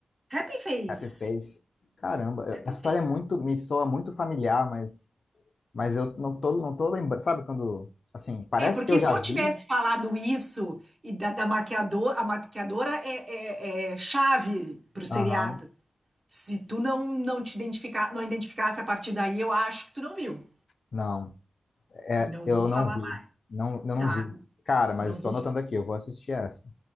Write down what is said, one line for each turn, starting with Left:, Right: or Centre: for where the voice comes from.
Right: Happy Face.
Left: Happy Face. Caramba,
Right: Happy
Left: a história
Right: Face.
Left: é muito, me soa muito familiar, mas, mas eu não tô, não tô lembrando. Sabe quando, assim, parece
Right: É, porque
Left: que eu já
Right: se eu
Left: vi.
Right: tivesse falado isso e da, da maquiador, a maquiadora é, é, é chave pro seriado.
Left: Aham,
Right: Se tu não, não te identificar, não identificasse a partir daí, eu acho que tu não viu.
Left: não, é,
Right: Não
Left: eu
Right: vou
Left: não
Right: falar
Left: vi.
Right: mais.
Left: Não, eu não
Right: Tá,
Left: vi. Cara, mas
Right: não
Left: estou
Right: vou.
Left: anotando aqui, eu vou assistir essa.